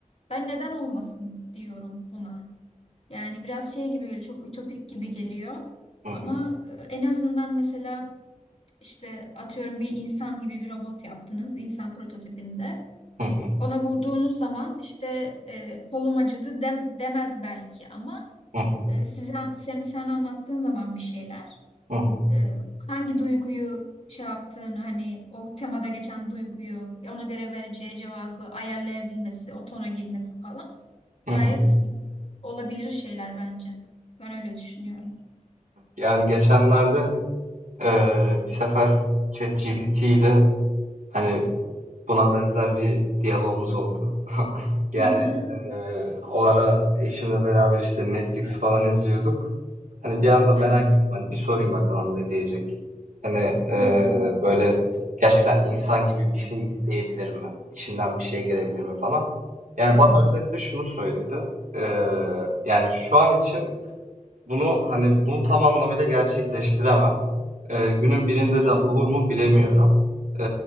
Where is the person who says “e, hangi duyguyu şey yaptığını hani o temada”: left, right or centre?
Left